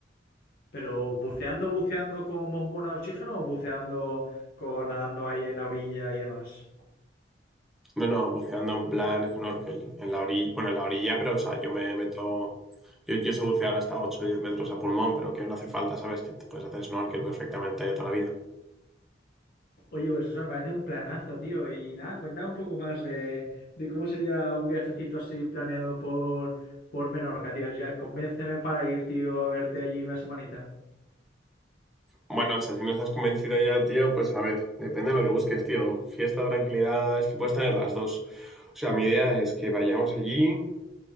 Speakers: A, on the left; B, in the centre.
A: Pero buceando, buceando con bombona de oxígeno o buceando con nadando ahí en la orilla y demás.
B: No, no, buceando en plan snorkel, en la orilla, bueno, en la orilla, pero o sea, yo me meto, yo, yo sé bucear hasta 8 o 10 metros a pulmón, pero que no hace falta, ¿sabes? Que te puedes hacer snorkel perfectamente de toda la vida.
A: Oye, pues eso me parece un planazo, tío. Y nada, cuéntame un poco más de, de cómo sería un viajecito así planeado por, por Menorca, tío. Ya, convénceme para ir, tío, a verte allí una semanita.
B: Bueno, o sea, si no estás convencido ya, tío, pues a ver, depende de lo que busques, tío. Fiesta, tranquilidad, es que puedes tener las dos. O sea, mi idea es que vayamos allí,